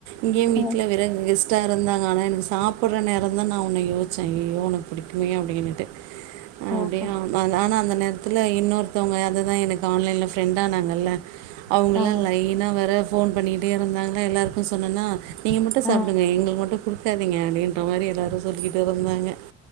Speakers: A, on the right (about 65°); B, in the centre.
A: இங்கியோ வீட்ல
B: அ
A: வெறங்குஸ் டாயிருந்தாங்க ஆனா சாப்பட்ற நேரம்தா நா உன்ன யோசிச்சேன் ஐயோயோ உனக்கு புடிக்குமே அப்டின்னுட்டு அப்டியா
B: ஆஹா.
A: ஆ ஆனா அந்த நேரத்துல இன்னொருத்தவங்க அதுதா எனக்கு ஆன்லைன்ல ஃப்ரெண்டானாங்கள்ல அவங்கல்லா
B: ஆ,
A: லைனா வேற ஃபோன் பண்ணிகிட்டே இருந்தாங்க எல்லாருக்கும் சொன்னனா நீங்க மட்டும் சாப்டுங்க
B: ஆ,
A: எங்களுக்கு மட்டும் குடுத் சரிங்க அப்டின்ற மாரி எல்லோரும் சொல்லிக்கிட்டு இருந்தாங்க